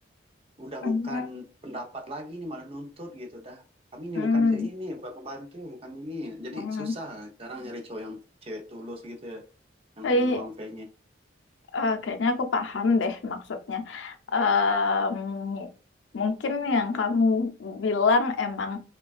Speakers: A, on the right; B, on the left.
A: udah
B: Hmm,
A: bukan pendapat lagi nih malah nuntut gitu dah. Kami ini
B: hmm,
A: bukan si- ini, bukan pembantu, bukan ini. Jadi
B: hmm.
A: susah sekarang nyari cowok yang cewek tulus gitu ya, yang
B: Eh,
A: memang pengen.
B: eh, kayaknya aku paham deh maksudnya. Em, mungkin yang kamu bilang emang